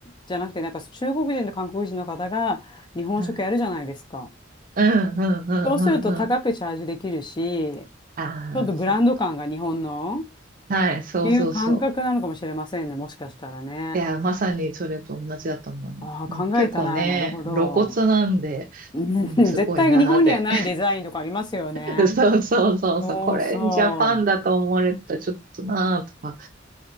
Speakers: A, on the left (about 25°); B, on the right (about 45°).
A: じゃなくて、なんか中国人と韓国人の方が日本食やるじゃないですか。
B: ん。はい。うんうんうんうんうん。
A: そうすると高くチャージできるし、
B: ああ、
A: ちょっとブランド感が日本のっ
B: そう。はい、そうそうそう。
A: ていう感覚なのかもしれませんね、もしかしたらね。
B: いや、まさにそれと同じだと思います。
A: ああ、
B: うん結構ね、
A: 考えたな、なるほど。
B: 露骨なんで、
A: うん
B: うん、
A: <laughs>
B: すごいなーって。
A: 絶対日本にはないデザインとかありますよね。
B: <laughs> そうそうそうそう。
A: そうそう。
B: これジャパンだと思われたらちょっとなーとか